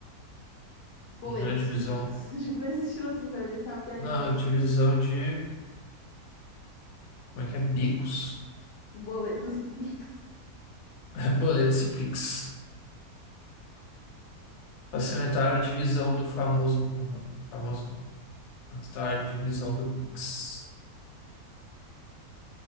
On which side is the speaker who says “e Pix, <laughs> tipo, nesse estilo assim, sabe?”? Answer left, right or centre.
Left